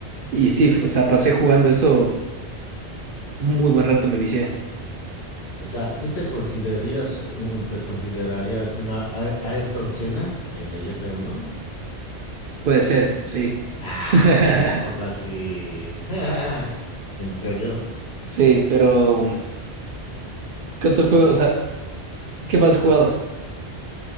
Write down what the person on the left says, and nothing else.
Ujú.
O sea, ¿tú te considerías, un- te considerarías una Ay- Ayrton Senna en el f uno
Ah,
ya poco así. <laughs> ¿En serio?